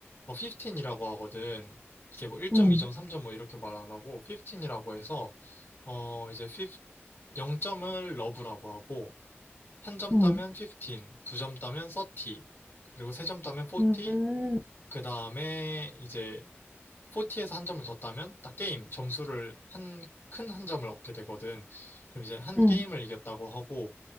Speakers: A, on the left; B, on the right.
A: 뭐 15이라고 하거든. 이게 뭐 1점,
B: 음,
A: 2점, 3점 뭐 이렇게 말 안 하고 15이라고 해서 어, 이제 15, 0점을 러브라고 하고 한 점
B: 음,
A: 따면 15, 두 점 따면 30, 그리고 세 점 따면 40,
B: 음,
A: 그 다음에 이제 포티에서 한 점을 더 따면 딱 게임 점수를 한 큰 한 점을 얻게 되거든. 그럼 이제 한
B: 음,
A: 게임을 이겼다고 하고